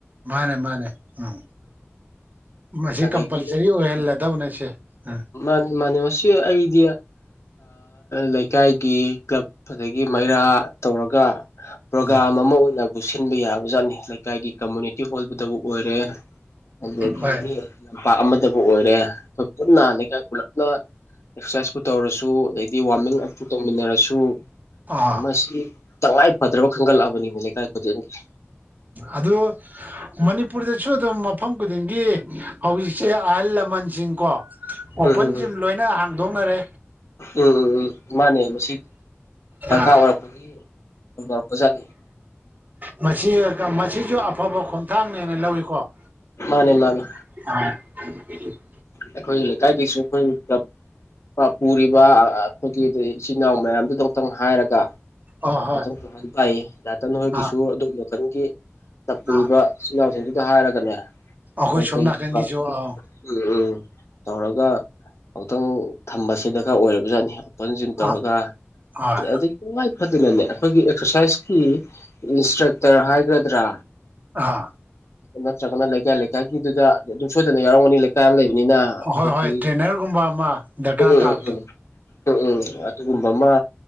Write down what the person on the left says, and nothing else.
ꯑꯗꯒꯤ
ꯃꯥꯅꯤ ꯃꯥꯅꯤ ꯃꯁꯤ ꯑꯩꯗꯤ ꯂꯩꯀꯥꯏꯒꯤ ꯀ꯭ꯂꯕ ꯑꯗꯒꯤ ꯃꯩꯔꯥ ꯇꯧꯔꯒ ꯄ꯭ꯔꯣꯒꯥ꯭ꯔꯥꯝ
ꯑꯃ ꯑꯣꯏꯅꯕꯨ ꯁꯤꯟꯕ ꯌꯥꯕꯖꯥꯠꯅꯤ ꯂꯩꯀꯥꯏꯒꯤ ꯀꯝꯃꯨꯅꯤꯇꯤ ꯍꯣꯜꯕꯗꯕꯨ ꯑꯣꯏꯔꯦ, ꯑꯗꯗꯤ
ꯂꯝꯄꯥꯛ ꯑꯃꯗꯕꯨ ꯑꯣꯏꯔꯦ ꯄꯨꯟꯅ ꯄꯨꯂꯞꯅ ꯑꯦꯛꯁꯔꯁꯥꯏꯁꯄꯨ ꯇꯧꯔꯁꯨ ꯑꯗꯩꯗꯤ ꯋꯥꯔꯃꯤꯡ ꯑꯞꯄꯨ ꯇꯧꯃꯤꯟꯅꯔꯁꯨ
ꯃꯁꯤ ꯇꯉꯥꯏ ꯐꯗ꯭ꯔꯕ ꯈꯟꯒꯠꯂꯛꯑꯕꯅꯤ ꯂꯩꯀꯥꯏ ꯈꯨꯗꯤꯡꯒꯤ꯫
ꯎꯝ ꯎꯝ ꯎꯝ
ꯎꯝ ꯎꯝ ꯎꯝ ꯃꯥꯅꯦ ꯃꯁꯤ ꯗꯔꯀꯥꯔ
ꯑꯣꯏꯔꯛꯄꯒꯤ ꯍꯧꯗꯣꯔꯛꯄꯖꯥꯠꯅꯤ꯫
ꯃꯥꯅꯦ ꯃꯥꯅꯦ
ꯑꯩꯈꯣꯏ ꯂꯩꯀꯥꯏꯒꯤꯁꯨ ꯀ꯭ꯂꯞ ꯄꯨꯔꯤꯕ ꯑꯩꯈꯣꯏꯒꯤ ꯏꯆꯤꯟ ꯏꯅꯥꯎ ꯃꯌꯥꯝꯗꯨꯗ ꯑꯃꯛꯇꯪ ꯍꯥꯏꯔꯒ
<unintelligible> ꯍꯣꯏꯒꯤꯁꯨ
ꯑꯗꯣꯝ ꯅꯥꯒꯥꯟꯒꯤ <unintelligible> ꯏꯆꯤꯜ
ꯏꯅꯥꯎꯁꯤꯡꯗꯨꯗ ꯍꯥꯏꯔꯒꯅꯦ
ꯀꯔꯤ
ꯀꯔꯤ
<unintelligible>
ꯎꯝ ꯎꯝ ꯇꯧꯔꯒ ꯑꯃꯨꯛꯇꯪ ꯊꯝꯕꯁꯦ ꯗꯔꯀꯥꯔ ꯑꯣꯏꯔꯕꯖꯥꯠꯅꯤ ꯍꯣꯡꯗꯣꯛ ꯍꯣꯡꯖꯤꯟ ꯇꯧꯔꯒ
ꯑꯗꯒꯤ ꯇꯉꯥꯏ ꯐꯗꯅꯅꯦ ꯑꯩꯈꯣꯏꯒꯤ ꯑꯦꯛꯁꯔꯁꯥꯏꯁꯀꯤ ꯏꯟꯁꯇ꯭ꯔꯛꯇꯔ ꯍꯥꯏꯒꯗ꯭ꯔꯥ
ꯅꯠꯇ꯭ꯔꯒꯅ ꯂꯩꯀꯥꯏ ꯂꯩꯀꯥꯏꯒꯤꯗꯨꯗ ꯑꯗꯨꯝ ꯁꯣꯏꯗꯅ ꯌꯥꯎꯔꯝꯒꯅꯤ ꯂꯩꯀꯥꯏ ꯑꯃ ꯂꯩꯕꯅꯤꯅ ꯑꯩꯈꯣꯏꯒꯤ
ꯎꯝ ꯎꯝ
ꯎꯝ ꯎꯝ ꯎꯝ ꯑꯗꯨꯒꯨꯝꯕ ꯑꯃ